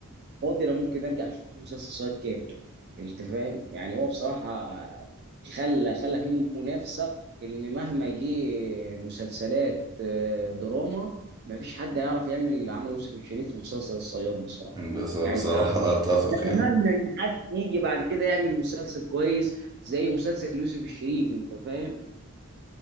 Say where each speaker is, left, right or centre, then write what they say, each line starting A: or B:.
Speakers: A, on the right; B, on the right.
A: فاضي انا ممكن ارجع اشوف مسلسل الصياد كامل انت فاهم يعني هو بصراحه خلى خلى فيه منافسه ان مهما جه مسلسلات آه، دراما مفيش حد هيعرف يعمل عمل يوسف الشريف في مسلسل الصياد بصراحه
B: بس بصراحة
A: يعني انت
B: اتفق
A: نتمنى
B: يعني
A: ان حد يجي بعد كده يعمل مسلسل كويس زي مسلسل يوسف الشريف انت فاهم